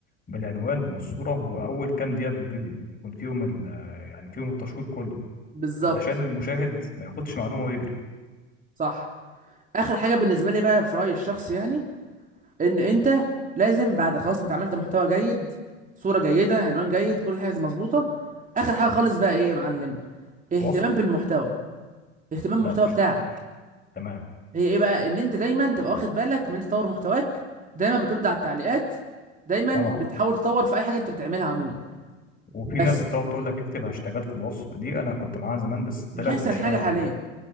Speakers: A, on the left; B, on the right.
A: بالعنوان والصوره واول كام دقيقه في الفيديو يكون فيهم ال يعني فيهم التشويق كله
B: بالظبط
A: علشان المشاهد ما ياخدش معلومه ويجري
B: صح اخر حاجه بالنسبه لي بقى في رايي الشخصي يعني ان انت لازم بعد خلاص انت عملت محتوى جيد صورة جيدة عنوان جيد كل حاجة مظبوطة اخر حاجة خالص بقى ايه يا معلم اهتمام
A: الوصف
B: بالمحتوى اهتمام
A: لا
B: بالمحتوى
A: مش
B: بتاعك
A: مش تمام
B: هي ايه بقى ان انت دايما تبقى واخد بالك من إنت تطور محتواك دايما بترد على التعليقات دايما
A: طبعا
B: بتحاول تطور في اي حاجة انت بتعملها عموما
A: وفي
B: بس
A: ناس بتقعد تقول لك اكتب هاشتاجات في الوصف دي انا كنت معاها زمان بس
B: مش
A: طلعت
B: احسن
A: مش
B: حاجة
A: فارقه
B: حاليا
A: قوي.